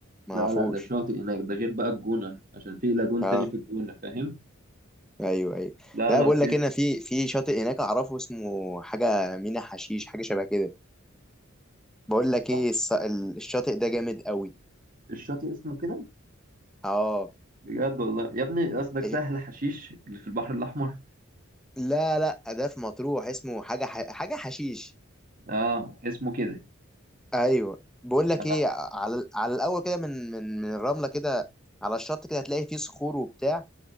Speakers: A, in the centre; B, on the right.
A: ما
B: لا
A: اعرفوش
B: لا ده شاطئ هناك ده غير بقى الجونة عشان في لاجون
A: اه
B: تاني في الجونة فاهم؟
A: ايوه ايوه
B: لا
A: لا
B: لا
A: بقول
B: فيش
A: لك هنا في في شاطئ هناك اعرفه اسمه حاجه مينا حشيش حاجه شبه كده بقول لك ايه
B: لا
A: الص- ال- الشاطئ ده جامد قوي
B: الشاطئ اسمه كده
A: اه
B: بجد والله يا ابني قصدك
A: إيه-
B: سهل حشيش اللي في البحر الأحمر
A: لا لا ده في مطروح اسمه حاجه ح... حاجه حشيش
B: اه اسمه كده
A: ايوه بقول لك
B: اه
A: ايه على على الاول كده من من من الرمله كده على الشط كده هتلاقي فيه صخور وبتاع